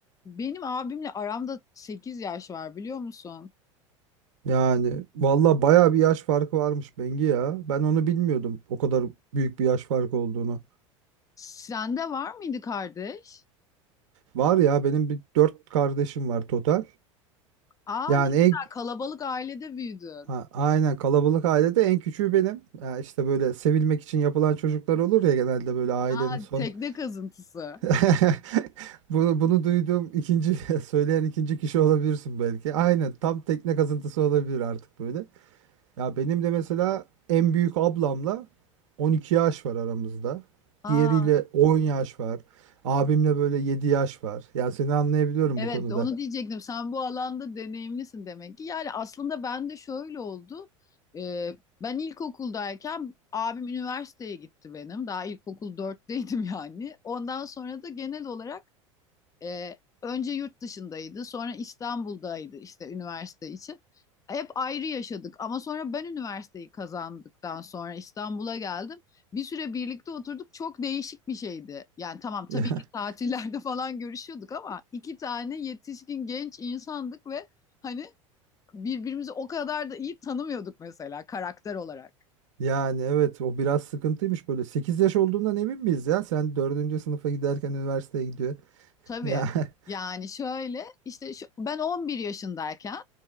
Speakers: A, on the left; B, on the right.
A: Benim abimle aramda 8 yaş var biliyor musun?
B: Yani valla baya bir yaş farkı varmış Bengi ya. Ben onu bilmiyordum o kadar büyük bir yaş farkı olduğunu.
A: Sende var mıydı kardeş?
B: Var ya benim bir dört kardeşim var total.
A: Aa
B: Yani
A: ne güzel
B: en
A: kalabalık ailede büyüdün.
B: ha, aynen kalabalık ailede en küçüğü benim. Ya işte böyle sevilmek için yapılan çocuklar olur ya genelde böyle ailenin
A: Aa
B: son.
A: tekne kazıntısı.
B: <laughs> Bunu, bunu duyduğum ikinci <laughs> söyleyen ikinci kişi olabilirsin belki. Aynen tam tekne kazıntısı olabilir artık böyle. Ya benim de mesela en büyük ablamla 12 yaş var aramızda.
A: Aa
B: Diğeriyle 10 yaş var. Abimle böyle 7 yaş var. Yani seni anlayabiliyorum
A: evet
B: bu konuda.
A: onu diyecektim. Sen bu alanda deneyimlisin demek ki. Yani aslında ben de şöyle oldu. Ee, ben ilkokuldayken abim üniversiteye gitti benim. Daha ilkokul 4'teydim yani. Ondan sonra da genel olarak E, önce yurt dışındaydı, sonra İstanbul'daydı işte üniversite için. Hep ayrı yaşadık ama sonra ben üniversiteyi kazandıktan sonra İstanbul'a geldim. Bir süre birlikte oturduk. Çok değişik bir şeydi. Yani tamam tabii
B: <laughs>
A: ki tatillerde <laughs> falan görüşüyorduk ama iki tane yetişkin genç insandık ve hani birbirimizi o kadar da iyi tanımıyorduk mesela karakter olarak.
B: Yani evet o biraz sıkıntıymış böyle. 8 yaş olduğundan emin miyiz ya? Sen dördüncü sınıfa giderken üniversiteye gidiyor.
A: Tabii.
B: Ya <laughs>
A: Yani şöyle işte şu- ben 11 yaşındayken